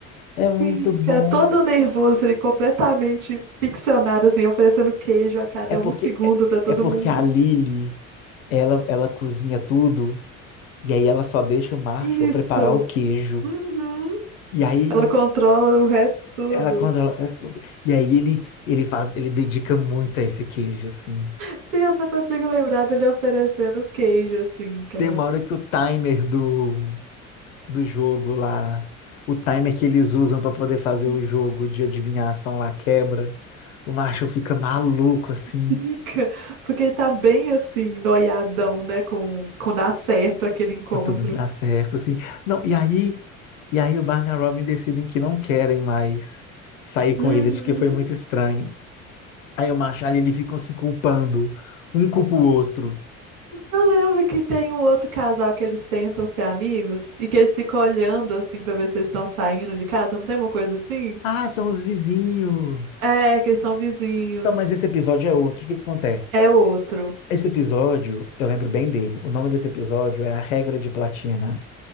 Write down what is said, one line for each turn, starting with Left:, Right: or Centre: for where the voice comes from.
Left: É muito
Right: Fica
Left: bom.
Right: todo nervoso, ele completamente ficcionado, assim, oferecendo queijo a cada
Left: É porque,
Right: um segundo
Left: é,
Right: pra todo
Left: é porque
Right: mundo.
Left: a Lily, ela, ela cozinha tudo. E aí ela só deixa o Marshall
Right: Isso!
Left: preparar o queijo.
Right: Uhum.
Left: E aí
Right: Ela controla o resto
Left: ela
Right: tudo.
Left: controla, faz tudo. E aí ele ele faz, ele dedica muito a esse queijo, assim.
Right: Sim, eu só consigo lembrar dele oferecendo queijo, assim, cara.
Left: Tem uma hora que o timer do, do jogo lá, o timer que eles usam para poder fazer
Right: Hum.
Left: o jogo de adivinhação lá quebra. O Marshall fica maluco assim,
Right: Fica, porque ele tá bem assim, noiadão, né? Com, com dar certo aquele encontro.
Left: quando tudo dá certo assim. Não, e aí e aí o Barney e a Robin decidem que não querem mais sair com
Right: Uhum.
Left: eles porque foi muito estranho. Aí o macho ali, ele ficam se culpando. Um culpa o outro.
Right: Eu lembro que tem um outro casal que eles tentam ser amigos e que eles ficam olhando assim pra ver se eles estão saindo de casa, não tem uma coisa assim?
Left: Ah, são os vizinhos.
Right: É, que eles são vizinhos.
Left: Não, mas esse episódio é outro. O que que acontece?
Right: É outro.
Left: Esse episódio, eu lembro bem dele. O nome desse episódio é A Regra de Platina,